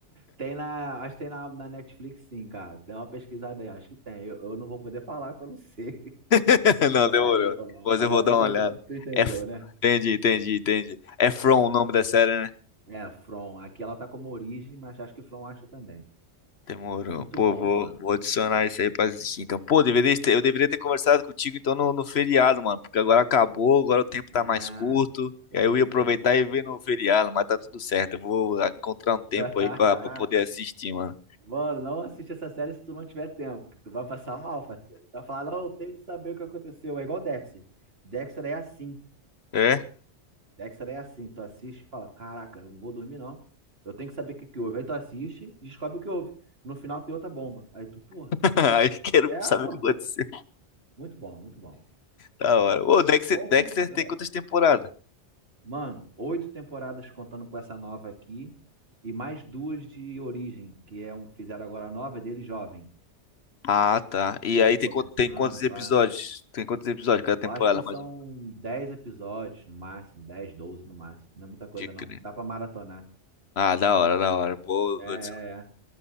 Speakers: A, on the right (about 55°); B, on the left (about 65°).
A: tem na. Acho que tem na, na Netflix, sim, cara. Dá uma pesquisada aí, acho que tem. Eu, eu não vou poder falar que eu não sei. <laughs>
B: <laughs> Não,
A: É,
B: demorou.
A: eu,
B: Depois
A: olha,
B: eu vou
A: tu
B: dar
A: entendeu,
B: uma olhada.
A: tu entendeu,
B: É, f-
A: né?
B: entendi, entendi, entendi. É From
A: Não façam
B: o nome da série,
A: isso.
B: né?
A: É, From. Aqui ela tá como origem, mas acho que From acha também.
B: Demorou.
A: Muito
B: Pô,
A: bom,
B: vou,
A: mano.
B: vou adicionar isso aí pra assistir. Então, pô, deveria ter- eu deveria ter conversado contigo então no, no feriado, mano. Porque agora acabou, agora o tempo tá
A: É,
B: mais curto.
A: pô,
B: E aí eu
A: nem
B: ia aproveitar
A: falo.
B: e ver no feriado, mas tá tudo certo. Eu vou ah, encontrar um tempo
A: <laughs>
B: aí pra, pra poder assistir, mano.
A: Mano, não assiste essa série se tu não tiver tempo, que tu vai passar mal, parceiro. Tu vai falar, não, eu tenho que saber o que aconteceu. É igual Dexter. Dexter é assim.
B: É?
A: Dexter é assim. Tu assiste e fala, caraca, eu não vou dormir, não. Eu tenho que saber o que que houve. Aí tu assiste e descobre o que houve. No final tem outra bomba. Aí tu, porra.
B: <laughs> Aí quero
A: É,
B: saber
A: pô.
B: o que aconteceu.
A: Muito bom, muito bom.
B: Da hora.
A: Pô.
B: Ô, Dexter,
A: Qual
B: Dexter
A: que- é.
B: tem quantas temporadas?
A: Mano, oito temporadas contando com essa nova aqui. E mais duas de origem, que é um, fizeram agora a nova é dele jovem.
B: Ah, tá. E
A: Ele
B: aí
A: começando,
B: tem, quant- tem quantos episódios?
A: pá.
B: Tem quantos episódios cada temporada,
A: Eu acho que são
B: mais ou menos?
A: 10 episódios no máximo, 10, 12 no máximo. Não é muita coisa,
B: De crer.
A: não. Dá pra maratonar.
B: Ah, da hora, da hora. Vou,
A: É,
B: vou
A: é, é.